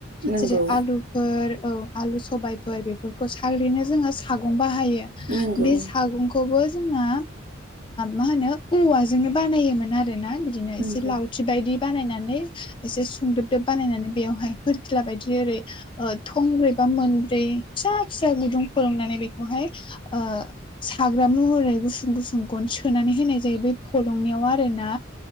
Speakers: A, on the right; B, on the left.
A: नंगौ
B: जेरै आलु फोर औ आलु सबायफोर बेफोरखौ सारैनो जोङो सागं बाहायो।
A: नंगौ
B: बे हागुंखौ खौबो जोंना मा होनो औवाजोंनो बानायोमोन आरो ना बिदिनो
A: नंगौ
B: एसे लाव फुर्रि बायदि बानायनानै एसे सुंदोबदोब बानायनानै बेवहाय हखिला बायदि ओरै थंब्रै बा मोनब्रै फिसा फिसा गुदुं फोरोंनानै बेखौहाय ओ साग्रा महरै गुसुं गुसुं गन सोनानै होनाय जायो बै फलंनियाव आरो ना।